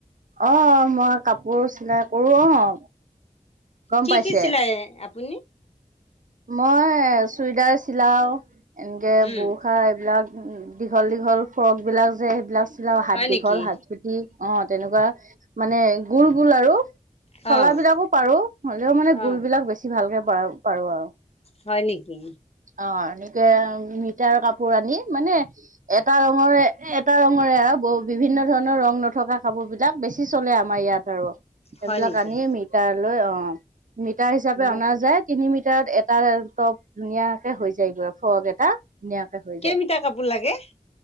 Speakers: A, on the right; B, on the left.
A: অ মই কাপোৰ চিলাই কৰো অ' গম
B: কি
A: পাইছে।
B: কি চিলাই আপুনি?
A: মই চুুৱইদাৰ চিলাও এনেকে
B: উম
A: বুৰসা এইবিলাক দীঘল দীঘল ফ্ৰক বিলাক যে সেইবিলাক চিলাও, হাত
B: হয়
A: দীঘল
B: নেকি
A: হাত অ' তেনেকুৱা মানে গোল গোল আৰু
B: অ',
A: খলা বিলাকো পাৰো, হ'লেও মানে
B: অ',
A: গোল বিলাক বেছি ভালকে পাৰো আৰু।
B: হয় নেকি?
A: অ' এনেকে মিটাৰ কাপোৰ আনি মানে এটা ৰঙৰে এটা ৰঙৰে আৰু বিভিন্ন ধৰণৰ ৰং নথকা কাপোৰ বিলাক বেছি বেছি চলে আমাৰ ইয়াত আৰু সেইবিলাক
B: হয় নেকি?
A: আনি মিটাৰ লৈ অ' মিটাৰ হিচাপে
B: মোক
A: অনা যায় তিনি মিটাৰত তাৰ টপ ধুনীয়াকে হৈ যায় ফ্ৰক এটা ধুনীয়াকে হৈ
B: কেইমিটাৰ
A: যায়
B: কাপোৰ লাগে?